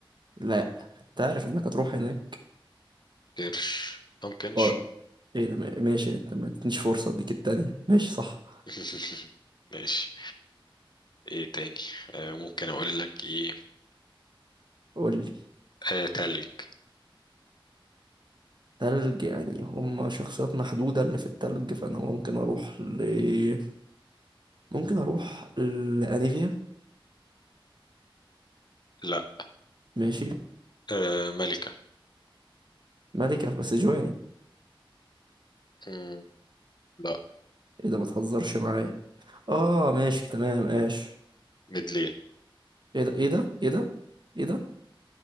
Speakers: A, on the right (about 55°); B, on the left (about 50°).
A: لا انت عارف انك هتروح هناك
B: كرش ممكنش
A: آه، ايه ده ما- ماشي انت ما ادتنيش فرصة اديك التانية ماشي صح
B: <laughs> ماشي ايه تاني آه ممكن اقول لك ايه
A: قول لي
B: آه تلك
A: تلج يعني هما شخصيات محدودة اللي في التلج فانا ممكن اروح ل ممكن اروح لانيفيا
B: لا
A: ماشي
B: آه ملكة
A: ملكة بس جواني
B: مم، لا
A: ايه ده ما تهزرش معايا اه ماشي تمام اش
B: مدلين
A: ايه ده ايه ده ايه ده ايه ده